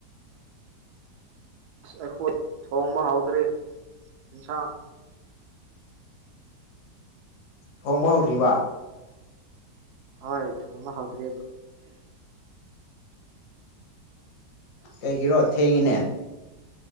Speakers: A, on the right; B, on the left.
A: ꯑꯁ ꯑꯩꯈꯣꯏ ꯊꯣꯡꯕ ꯍꯧꯗ꯭ꯔꯔꯤ ꯑꯦꯟꯁꯥꯡ
B: ꯊꯣꯡꯕ ꯍꯧꯗ꯭ꯔꯤꯕ
A: ꯍꯣꯏ ꯊꯣꯡꯕꯥ ꯍꯜꯗꯔꯤꯕ
B: ꯀꯩꯒꯤꯔꯣ ꯊꯦꯡꯉꯤꯅꯦ